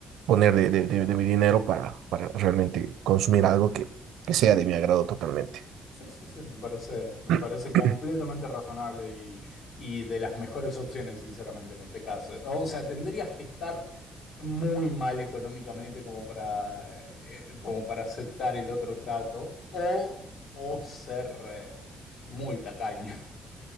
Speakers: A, on the right; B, on the left.
A: poner de, de, de- de mi dinero para, para realmente consumir algo que, que sea de mi agrado totalmente.
B: Sí, sí, sí, me parece, me
A: <clears throat>
B: parece completamente razonable y, y de las mejores opciones, sinceramente, en este caso. O sea, tendrías que estar muy mal económicamente como para, eh, como para aceptar el otro trato o, o ser eh, muy tacaño.